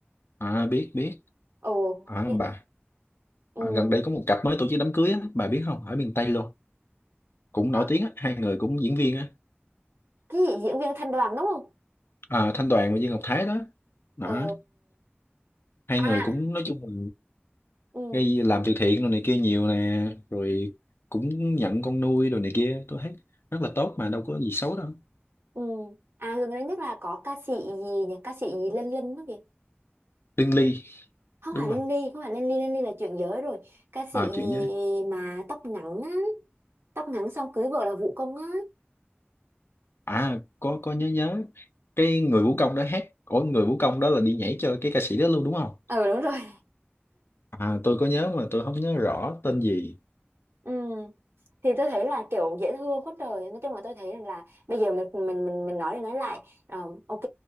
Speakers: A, on the left (about 65°); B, on the right (about 75°).
A: à biết biết
B: Ồ,
A: à
B: nhị-
A: bà
B: ừm,
A: à, gần đây có một cặp mới tổ chức đám cưới á bà biết không ở miền Tây luôn cũng nổi
B: à,
A: tiếng á hai người cũng diễn viên á
B: cái gì diễn viên Thanh Đoàn đúng không?
A: à, Thanh Đoàn và Dương Ngọc Thái đó đó
B: Ờ,
A: hai
B: à,
A: người cũng nói chung là
B: ừm,
A: gây làm từ thiện rồi này kia nhiều nè rồi cũng nhận con nuôi rồi này kia tôi thấy rất là tốt mà đâu có gì xấu đâu
B: ừm. À gần đây nhất là có ca sĩ gì nhỉ? Ca sĩ gì Linh Linh đó kìa.
A: Lương Ly
B: Không
A: đúng
B: phải
A: không
B: Linh Ly, không phải Linh Ly, Linh Ly là chuyện giới rồi. Ca
A: à
B: sĩ gì
A: chuyện với
B: mà tóc ngắn á, tóc ngắn xong cưới vợ là Vũ Công á.
A: à có có nhớ nhớ cái người vũ công đó hát ủa người vũ công đó là đi nhảy cho cái ca sĩ đó luôn đúng không
B: Ờ đúng rồi.
A: à tôi có nhớ mà tôi không nhớ rõ tên gì
B: Ừ. thì tôi thấy là kiểu dễ thương quá trời nói chung là tôi thấy rằng là bây giờ mình mình mình, mình nói đi nói lại ờ, ok